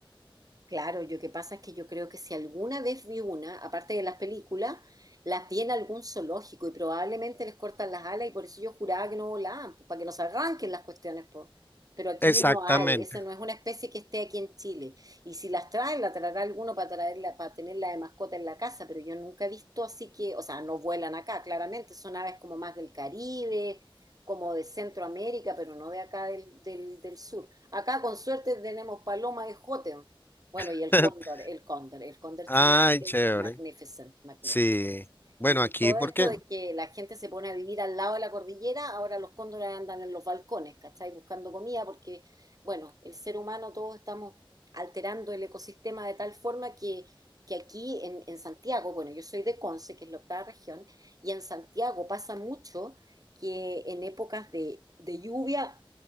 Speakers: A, on the right; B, on the left.
A: Claro, yo que pasa es que yo creo que si alguna vez vi una, aparte de las películas, las vi en algún zoológico y probablemente les cortan las alas y por eso yo juraba que no volaban, pues, para que nos arranquen las cuestiones, pues. Pero aquí
B: Exactamente.
A: no hay, esa no es una especie que esté aquí en Chile. Y si las traen, la traerá alguno para traerla, para tenerla de mascota en la casa, pero yo nunca he visto así que, o sea, no vuelan acá, claramente, son aves como más del Caribe, como de Centroamérica, pero no de acá del, del, del sur. Acá con suerte tenemos paloma de Jotén. Bueno,
B: <laughs>
A: y el cóndor, el cóndor, el cóndor
B: Ay,
A: chileno es
B: chévere.
A: magnificent, magnificent.
B: Sí. Bueno,
A: Y con
B: aquí
A: todo
B: porque,
A: esto de que la gente se pone a vivir al lado de la cordillera, ahora los cóndores andan en los balcones, ¿cachai? Buscando comida porque, bueno, el ser humano todos estamos alterando el ecosistema de tal forma que, que aquí en, en Santiago, bueno, yo soy de Conce, que es la octava región, y en Santiago pasa mucho que en épocas de, de lluvia